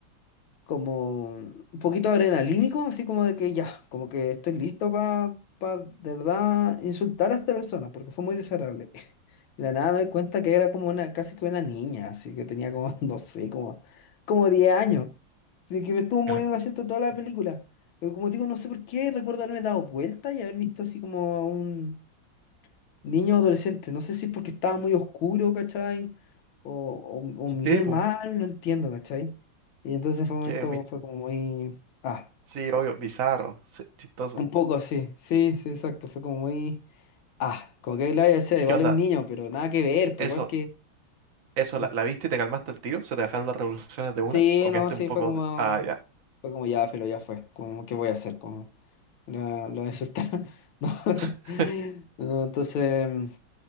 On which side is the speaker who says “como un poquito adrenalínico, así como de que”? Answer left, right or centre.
Left